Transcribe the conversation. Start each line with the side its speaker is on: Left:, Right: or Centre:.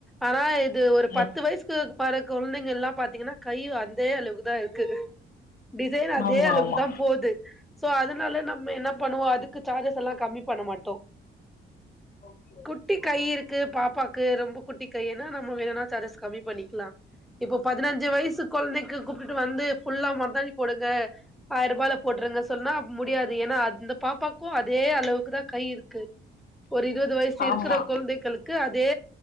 Centre: ஆனா இது ஒரு
Left: ம்
Centre: பத்து வயசுக்கு பாரு குழந்தைங் எல்லாம் பாத்தீங்கன்னா கை அந்தே அளவு தா இருக்கு டிசைன் அதே
Left: ஆமா
Centre: அளவுக்கு
Left: ஆமா
Centre: தா போது சோ அதனால நம்ம என்ன பண்ணுவோ அதுக்கு சார்ஜஸ் எல்லா கம்மி பண்ண மாட்டோ
Left: ஓகே ஓகே
Centre: குட்டி கை இருக்கு பாப்பாக்கு ரொம்ப குட்டி கைன்னா நம்ம வேணும்னா சார்ஜஸ் கம்மி பண்ணிக்கலா இப்போ பதினஞ்சு வயசு குழந்தைக்கு கூப்ட்டு வந்து ஃபுல்லா மருதாணி போடுங்க ஆயிரம் ரூபால போட்ருங்கனு சொன்னா முடியாது ஏன்னா அந்த பாப்பாக்கும் அதே அளவுக்கு தா கை இருக்கு க்கு ஒரு இருபது வயசு இருக்குற
Left: ஆமா
Centre: குழந்தைகளுக்கு அதே